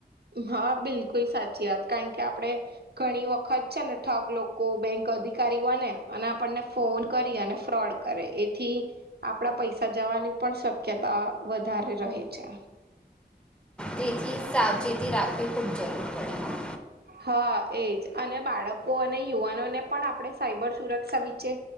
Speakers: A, on the right; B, in the centre.
A: હા બિલકુલ સાચી વાત કારણ કે આપડે ઘણી વખત છે ને ઠગ લોકો બેંક અધિકારીઓને અને આપણને ફોન કરી અને ફ્રોડ કરે એથી આપણા પૈસા જવાની પણ શક્યતા વધારે રહે છે.
B: તેથી સાવચેત રાખવી ખૂબ જરૂર પડે
A: હા એજ અને બાળકો અને યુવાનોને પણ આપણે સાઈબર સુરક્ષા વિચે